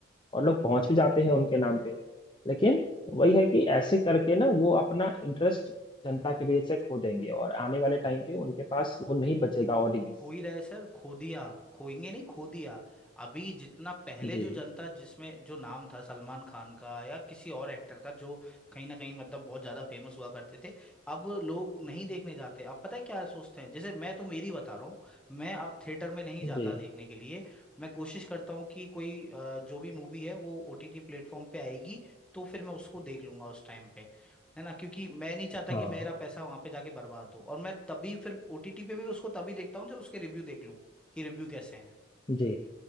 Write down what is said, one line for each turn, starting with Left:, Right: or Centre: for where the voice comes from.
Left: और लोग पहुंच भी जाते हैं उनके नाम पे लेकिन वही है कि ऐसे करके ना वो अपना इंटरेस्ट जनता के बीच से खो देंगे और आने वाले टाइम पे उनके पास वो नहीं बचेगा ऑडियंस
Centre: हो ही रहा है सर खो दिया खोएंगे नहीं खो दिया अभी जितना पहले
Left: जी
Centre: जो जनता जिसमें जो नाम था सलमान खान का या किसी और एक्टर का जो कहीं ना कहीं मतलब बहुत ज्यादा फेमस हुआ करते थे अब लोग नहीं देखने जाते अब पता है क्या सोचते हैं जैसे मैं तो मेरी बता रहा हूँ मैं अब थिएटर में नहीं जाता
Left: जी
Centre: देखने के लिए मैं कोशिश करता हूँ कि कोई अ, जो भी मूवी है वो ओटीटी प्लेटफॉर्म पे आएगी तो फिर मैं उसको देख लूंगा उस टाइम पे है ना क्योंकि मैं नहीं चाहता
Left: हाँ
Centre: कि मेरा पैसा वहां पे जाके बर्बाद हो और मैं तभी फिर ओटीटी पे भी उसको तभी देखता हूँ जब उसके रिव्यू देख लूँ कि रिव्यू कैसे हैं
Left: जी